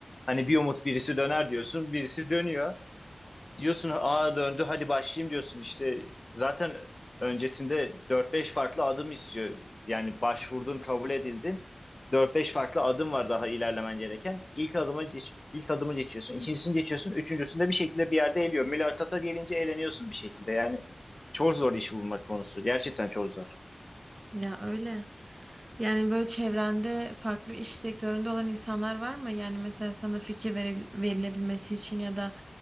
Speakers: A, on the left; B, on the right.
A: Hani bir umut birisi döner diyorsun, birisi dönüyor. diyorsun A döndü hadi başlayayım diyorsun işte zaten öncesinde dört beş farklı adım istiyor. Yani başvurdun kabul edildin. dört beş farklı adım var daha ilerlemen gereken. İlk adımı geç- ilk adımı geçiyorsun. ikincisini geçiyorsun. Üçüncüsünde bir şekilde bir yerde eliyor. Mülakata gelince eleniyorsun bir şekilde. Yani çok zor iş bulmak konusu. Gerçekten çok zor.
B: Ya öyle. Yani böyle çevrende farklı iş sektöründe olan insanlar var mı? Yani mesela sana fikir veri- verilebilmesi için ya da